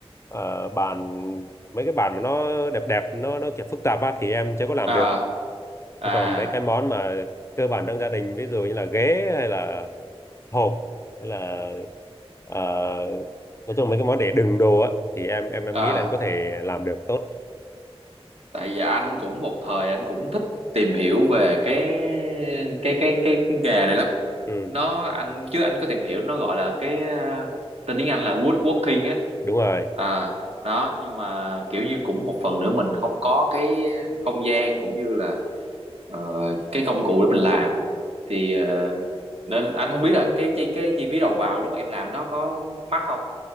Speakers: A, on the left (about 25°); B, on the right (about 70°).
A: ờ, bàn mấy cái bàn mà nó đẹp đẹp nó nó kiểu phức tạp á thì em chưa có làm
B: à
A: được
B: à
A: thế còn mấy cái món mà cơ bản trong gia đình ví dụ như là ghế hay là hộp hay là ờ, nói chung mấy cái món để đựng đồ á thì em em em
B: à
A: nghĩ là em có thể làm được tốt
B: tại vì anh cũng một thời anh cũng thích tìm hiểu về cái cái cái cái, cái nghề này lắm
A: ừ
B: nó anh chứ anh có tìm hiểu nó gọi là cái ờ, tên tiếng Anh là woodworking á
A: đúng rồi
B: à đó nhưng mà kiểu như cũng một phần nữa mình không có cái không gian cũng như là ờ, cái công cụ để mình làm thì ờ, nên anh không biết là cái chi cái chi phí đầu vào lúc em làm nó có mắc không